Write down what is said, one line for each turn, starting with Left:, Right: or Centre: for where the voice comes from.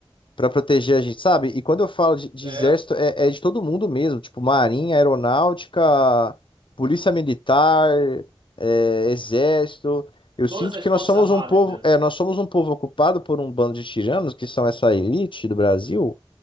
Left: pra proteger a gente, sabe? E quando eu falo de, de
Right: É,
Left: exército, é, é de todo mundo mesmo. Tipo, marinha, aeronáutica, polícia militar, é, exército. Eu sinto
Right: todas as
Left: que
Right: forças
Left: nós somos
Right: armadas,
Left: um povo,
Right: né?
Left: é, nós somos um povo ocupado por um bando de tiranos, que são essa elite do Brasil